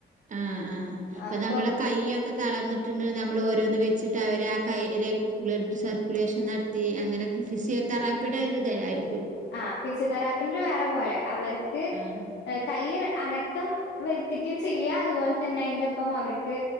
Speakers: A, on the right; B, on the left.
A: ആഹ് ഇപ്പൊ
B: ആഹ്
A: നമ്മളെ കയ്യൊ ക്കെ തളർന്ന്ട്ട്ണ്ട് നമ്മള് ഓരോന്ന് വെച്ചിട്ട് അവരെ ആ കൈയിലെ ബ്ലഡ് സർക്കുലേഷൻ നടത്തി അങ്ങനെ തെറാപ്പിയുടെ ഒരു <unintelligible>
B: ആഹ് ഫിസിയോ തെറാപ്പിന്റെ വേറെ പോലെ അവർക്ക്
A: ആഹ്
B: കൈയ് അനക്കം വരുത്തിക്കയും ചെയ്യുക അതുപോലെ തന്നെ അയിന്റെപ്പം അവർക്ക്